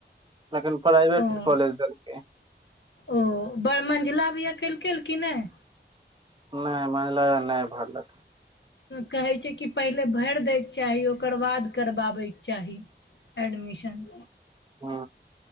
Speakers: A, on the right (about 25°); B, on the left (about 70°).
A: लेकिन प्राइवेट
B: ओ
A: कॉलेज देलकै
B: ओ बर मंझिल भी केल केल की नइ
A: नहि <unintelligible> नहि भरल त
B: कहै छै कि पहिले भरि दैके चाही ओकर बाद करबाबै के चाही एडमिशन
A: ह